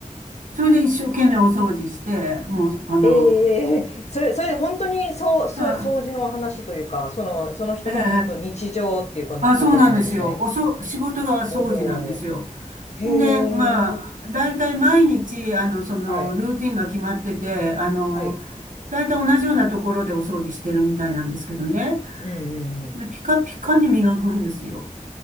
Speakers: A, on the right (about 70°); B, on the left (about 55°).
A: それで一生懸命お掃除して、もう、あの、
B: ええそれ、それで本当に、そう、そう、
A: <laughs>
B: 掃除の話というか、その、その人の本当日常っていうか、
A: ええあ、
B: 形なんですね。
A: そうなんですよ。おそ、仕事が掃除なんですよ。
B: ほほう。へえ。
A: で、まあ、大体毎日、あの、その、
B: はい。
A: ルーティンが決まってて、あの、
B: はい。
A: 大体同じようなところでお掃除してるみたいなんですけどね。
B: うんうんうん。
A: で、ピカピカに磨くんですよ。